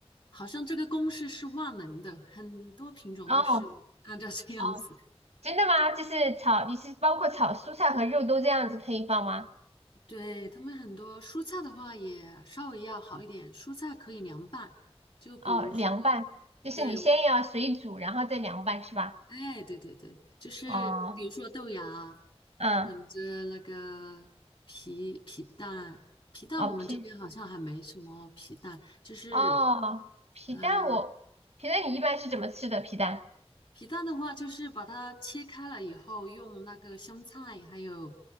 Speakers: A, on the left; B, on the right.
A: 好像这个公式是万能的，很多品种都是按照这样子。
B: 哦哦，真的吗？就是炒，你是包括炒蔬菜和肉都这样子可以放吗？
A: 对，他们很多蔬菜的话也稍微要好一点，蔬菜可以凉拌，就比如说，
B: 哦，凉拌，就是你先要水煮，
A: 对，我，
B: 然后再凉拌是吧？
A: 哎，对对对，就是比如说豆芽
B: 哦，嗯，
A: 混着那个皮皮蛋，皮蛋我们这边好像还没什么皮蛋，
B: 哦皮
A: 就是，
B: 哦皮蛋我皮蛋你一般是怎么吃的皮蛋？
A: 嗯。皮蛋的话，就是把它切开了以后，用那个香菜，还有